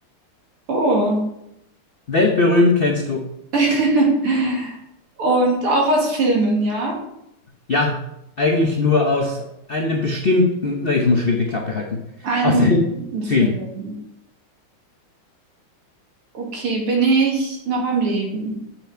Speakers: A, on the right; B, on the left.
A: oh.
B: Weltberühmt kennst du.
A: <laughs> Und auch aus Filmen, ja?
B: Ja, eigentlich nur aus einem bestimmten. Na, ich muss schon wieder die Klappe halten.
A: Einem
B: Aus einem
A: bestimmten
B: Film.
A: Film. Okay, bin ich noch am Leben?